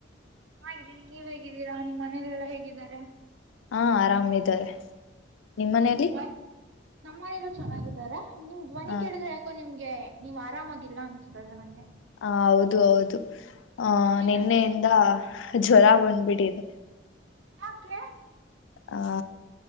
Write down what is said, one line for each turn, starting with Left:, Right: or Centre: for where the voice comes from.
Right: ಹಾಗಿದ್ದೀನಿ ನೀವ್ ಹೇಗಿದ್ದೀರಾ ನಿಮ್ ಮನೇಲೆಲ್ಲಾ ಹೇಗಿದ್ದಾರೆ
Left: ಹಾ ಆರಾಮಿದ್ದಾರೆ ನಿಮ್ಮ
Right: ನಾವ್
Left: ಮನೆಯಲ್ಲಿ
Right: ನಿಮ್ ವಾಯ್ಸ್ ನಮ್ಮ ಮನೇಲ್ಲ ಚೆನ್ನಾಗಿದ್ದಾರಾ ಹಮ್ ಧ್ವನಿ
Left: ಹ
Right: ಕೇಳಿದ್ರ ಯಾಕೋ ನಿಮ್ ಗೆ ನೀವ ಆರಾಮಾಗಿಲ್ಲ ಅನ್ನಿಸ್ತದೆ ನಂಗೆ.
Left: ಹ ಹೌದು ಹೌದು ಆ
Right: ಏನಾಗಿದೆ
Left: ನಿನ್ನೆಯಿಂದ ಜ್ವರ ಬಂದ್ಬಿಟ್ಟಿದೆ.
Right: ಯಾಕೆ
Left: ಹ